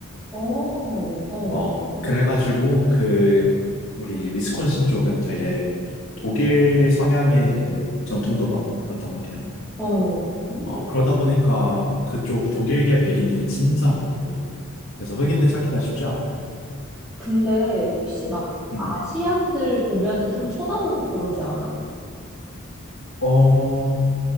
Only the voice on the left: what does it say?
어, 그래가지고 그 우리 위스콘신 쪽은 되게 독일 성향의 그 전통도 많고 그렇단 말이야.
어, 그러다 보니까 그쪽 독일계 백인들이 진짜 많아, 거기는. 그래서 흑인들 찾기가 쉽지 않아.
음.
어,